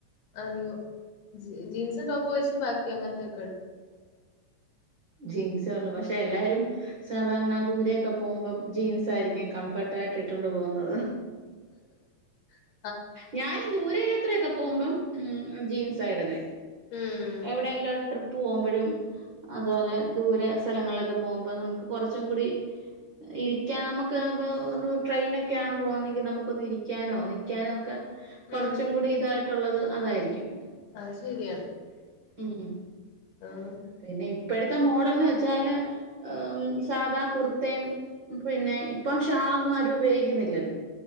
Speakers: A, on the left; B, on the right.
A: അധികം ജീൻസും ടോപ്പും വെച്ച് ബാക്കി അങ്ങൻത്തൊക്കെടും.
B: ജീൻസേള്ളൂ. പക്ഷെ എല്ലാരും സാധാരണ ദൂരെയൊക്കെ പോകുമ്പം ജീൻസ് ആയിരിക്കും കംഫ ട്ടായിട്ട് ഇട്ടോണ്ട് പോകുന്നത്.
A: ഉ
B: ഞാന് ദൂരയാത്രയൊക്കെ പോമ്പം ഉം ജീൻസായിടുന്നെ
A: ഉം
B: എവിടെയെങ്കിലും ട്രിപ്പ് പോകുമ്പഴും അതുപോലെ ദൂരെ സ്ഥലങ്ങളിലൊക്കെ പോകുമ്പോ നമുക്ക് കൊർച്ചും കൂടി ഇരിക്കാൻ നമുക്ക് ഇപ്പോ ഒന്ന് ട്രെയിനൊക്കെയാണ് പോകുന്നതെങ്കി നമുക്കൊന്ന് ഇരിക്കാനോ നി ക്കാനും ഒക്കെ കൊർച്ചും
A: ഉം
B: കൂടി ഇതായിട്ടുള്ളത് അതായിരിക്കും.
A: അത് ശെരിയാണ്
B: ഉം
A: ആഹ്
B: പിന്നെ ഇപ്പഴ്ത്തെ മോഡൽന്ന് വെച്ചാല് ആഹ് സാധാ കുർത്തേം പിന്നെ ഇപ്പം ഷാളൊന്നും ആരും ഉപയോഗിക്കുന്നില്ലല്ലോ.